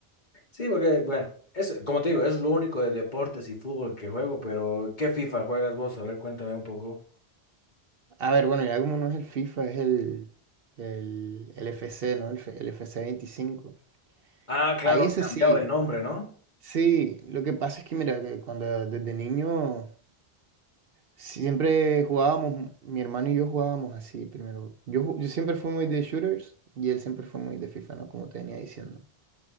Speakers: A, on the left; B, on the right.
A: Sí, porque, bueno, es, como te digo, es lo único de deportes y fútbol que juego, pero ¿qué FIFA juegas vos? A ver, cuéntame un poco.
B: A ver, bueno, ya como no es el FIFA, es el, el, el FC, ¿no? El, F- el FC veinticinco
A: Ah, claro,
B: Ahí ese
A: han cambiado
B: sí,
A: de nombre, ¿no?
B: sí, lo que pasa es que mira, que cuando desde niño siempre jugábamos, mi hermano y yo jugábamos así primero. Yo, ju- yo siempre fui muy de shooters y él siempre fue muy de FIFA, ¿no? Como te venía diciendo.